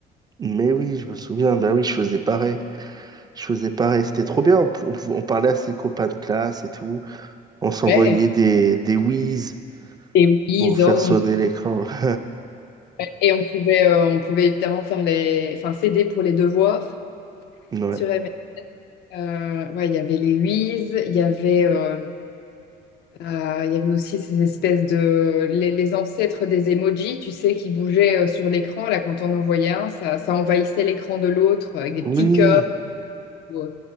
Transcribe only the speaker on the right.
Mais oui, je me souviens, bah oui, je faisais pareil. Je faisais pareil. C'était trop bien. On, pou- on parlait à ses copains de classe et tout. On s'envoyait
des, des whiz
pour faire
sonner
l'écran. <laughs>
Ouais.
Oui,